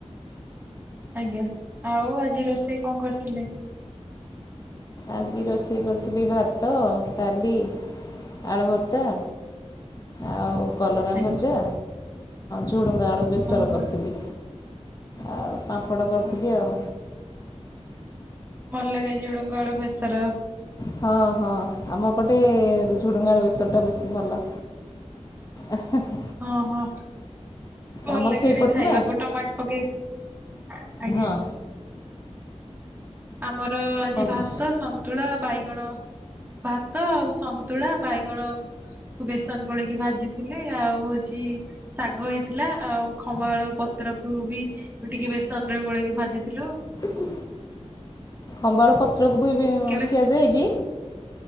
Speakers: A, on the right; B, on the left.
A: ଆଜ୍ଞା, ଆଉ ଆଜି ରୋଷେଇ କଣ କରିଥିଲେ?
B: ଆଜି ରୋଷେଇ କରିଥିଲି ଭାତ ଡାଲି ଆଳୁ ଭର୍ତ୍ତା ଆଉ କଲରା
A: ଆଜ୍ଞା
B: ଭଜା ଝୁଡ଼ୁଙ୍ଗା ଆଳୁ ବେସର
A: ଓହୋ
B: କରିଥିଲି, ଆଉ ପାମ୍ପଡ଼ କରିଥିଲି
A: ହଁ
B: ଆଉ।
A: ଭଲ ଲାଗେ ଝୁଡଙ୍ଗ ଆଳୁ ବେସର?
B: ହଁ-ହଁ, ଆମ ପଟେ ଝୁଡ଼ୁଙ୍ଗ ଆଳୁ ବେସରଟା ବେଶୀ ଭଲ। ହେଁହେଁ।
A: ହଁ-ହଁ। ଭଲ୍
B: ଆମର
A: ଲାଗେବି
B: ସେଇପଟ
A: ଖାଇବାକୁ
B: ନା
A: ଟମାଟ ପକେଇ, ଆଜ୍ଞା।
B: ହଁ
A: ଆମର ଆଜି
B: କହୁଥିଲି,
A: ଭାତ ସନ୍ତୁଳା ବାଇଗଣ ଭାତ ଆଉ ସନ୍ତୁଳା ବାଇଗଣ ଆଉ ବେସନ ଗୋଳିକି ଭାଜିଥିଲି ଆଉ ହେଉଛି ଶାଗ ହେଇଥିଲା ଆଉ ଖମ୍ବା ଆଳୁ ପତ୍ ପତ୍ରକୁ ବି ଟିକେ ବେସନରେ ଗୋଳେଇକି ଭାଜିଥିଲୁ।
B: ହୁଁ ଖମ୍ବଆଳୁ ପତ୍ରକୁ ବି ବି
A: କେବେ
B: ଖିଆଯାଏକି?